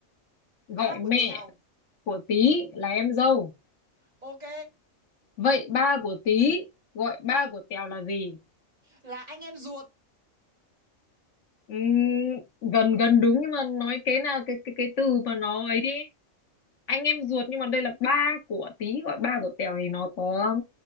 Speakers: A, on the left; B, on the right.
A: gọi
B: ba
A: mẹ
B: của tèo
A: của Tí là em dâu
B: ok
A: vậy ba của Tí gọi ba của Tèo là gì
B: là anh em ruột
A: Ừm, gần gần đúng nhưng mà nói cái nào cái cái cái từ mà nó ấy đi anh em ruột nhưng mà đây là ba của Tí gọi ba của Tèo thì nó có